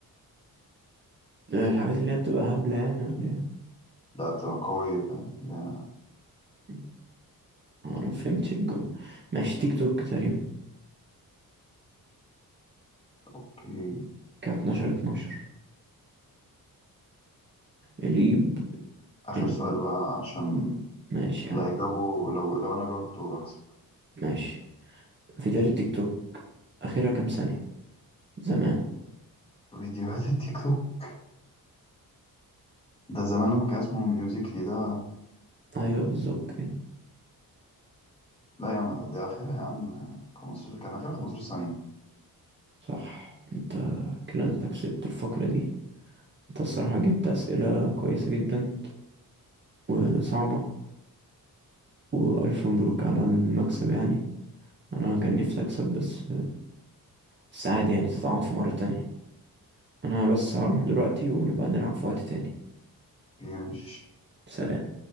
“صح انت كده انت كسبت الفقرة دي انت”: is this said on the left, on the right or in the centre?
Right